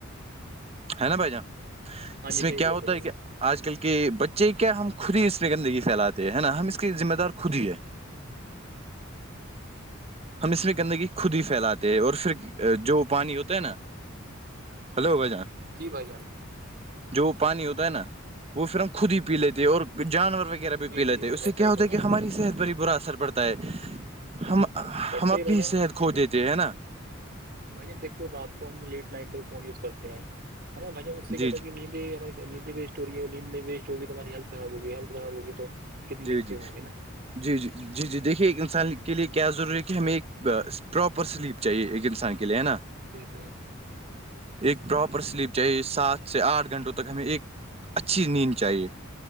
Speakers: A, on the right; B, on the right.
A: ہے نا بھائی جان
B: ہاں
A: اس
B: جی
A: میں
B: صحیح
A: کیا
B: بول
A: ہوتا
B: رہے بھائی
A: ہے کیا
B: جان
A: آج کل کے بچے کیا ہم خود ہی اس میں گندگی پھیلات ہے نا ہم اس کی ذمہ دار خود ہی ہے ہم اس میں کرنے کی خود ہی پھیلاتے ہیں اور پھر جو پانی ہوتا ہے نا ہلو بھ جان
B: جی بھائی جان
A: جو پانی ہوتا ہے نا وہ پھر ہم خود ہی پی لیتے ہے اور جانور وغیرہ بھی
B: جی
A: پی لیتے
B: جی بھائی
A: ہیں اس
B: جان
A: سے
B: صحیح
A: کیا ہوتا
B: فرما
A: ہے کہ
B: رہے
A: ہماری
B: ہیں
A: صحت پر ہی برا اثر پڑتا ہے ہم
B: پڑھتے
A: ہم اپنی
B: ہی بھائی جان
A: صحت کھو دیتے ہیں ہے نا
B: بھائی دیکھو رات کو ہم لیٹ نائٹ تک فون یوز کرتے ہیں ہے نا میں نے اس سے کہ
A: جی
B: تھا کہ نیندی ہم نیندے ی میں ویسٹ ہوگی ت ہماری ہیلت خراب ہوگی ہیت خراب ہوگی تو کتنے
A: جی
B: دکھتے
A: جی
B: ہوں گے نا
A: جی جی جی جی دیکھیے ایک انسان کے لیے کیا ضروری ہے کہ ہمیں ایک پراپر سلیپ چاہیے ایک انسان کے لیے ہے نا
B: جی جی
A: ایک پراپر سلیپ چاہیے سات سے آٹھ گھنٹوں تک ہمیں ایک اچھی نیند چاہیے